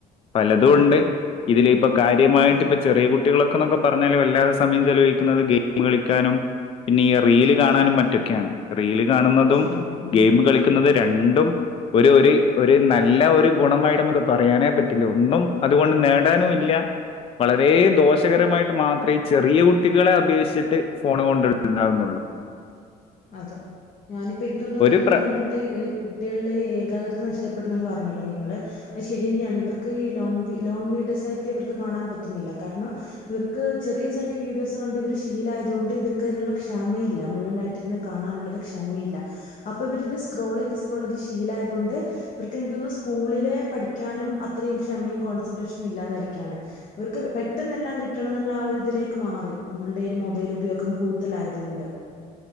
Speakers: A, on the left; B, on the left.
A: പലതും
B: ആഹ്
A: ഉണ്ട് ഇതില് ഇപ്പൊ കാര്യമായിട്ട്
B: അതെ
A: പ്പ ചെറിയ കു കുട്ടികളൊക്കന്നൊക്കെ പറഞ്ഞാലും വല്ലാതെ സമയം ചെലവഴിക്കുന്നത് ഗെയിമു കളിക്കാനും പിന്നെ ഈ റീല് കാണാനും മറ്റൊക്കെയാണ് റീല് കാണുന്നതും
B: ശരിയാണ് ഉം
A: ഗെയിമു കളിക്കുന്നത് രണ്ടും ഒരു ഒര് ഒരു നല്ല ഒര് ഗുണമായിട്ട മ്മക്ക് പറയാനേ പറ്റില്ല ഒന്നും അതുകൊണ്ട് നേടാനുവില്ല വളരേ ദോഷകരമായിട്ട് മാത്രേ ഈചെറിയ കുട്ടികളെ അപേക്ഷിച്ചിട്ട് ഫോണും കൊണ്ട് ഇണ്ടാവുന്നൊള്ള്
B: അതെ ഞാനിപ്പൊ എനിക്കൊന്ന് റീല്
A: ഒരു പ്ര
B: കണ്ട് ട്ട് കുട്ടികളിലെ ഏകാഗ്രത നഷ്ടപ്പെടുനെന്ന് പറഞ്ഞല്ലൊ നിങ്ങള്- അത് ശരിയന്നെയാണ് ഇവർക്ക് ഈ ലോങ്ങ് വീ ലോങ്ങ് വീഡിയോസായിട്ട് ഇവർക്ക് കാണാൻ പറ്റുന്നില്ല കാരണം ഇവർക്ക് ചെറിയ ചെറിയ വീഡിയോസ് കണ്ട് ഇവര് ശീലായതോണ്ട് ഇവർക്കയ്നുള്ള ക്ഷമയില്ല മുഴുവനായിട്ടിരുന്ന് കാണാനുള്ളൊരു ക്ഷമയില്ല അപ്പൊ ഇവരിത് സ്ക്രോളെയ്ത് സ്ക്രോളെയ്ത് ശീലായതോണ്ട് ഇവർക്ക് എനിക്ക് തോന്നുന്നു സ്കൂളിലെ പഠിക്കാനും അത്രയും ക്ഷമയും കോൺസെൻട്രേഷനും ഇല്ലാതായിരിക്കുകയാണ് അവർക്ക് പെട്ടെന്ന് എല്ലാം കിട്ടണം എന്നുള്ള ആഒരുതിലേക്ക് മാറി നമ്മൾടെ രു മൊബൈൽ ഉപയോഗം കൂടുതലായതുകൊണ്ട്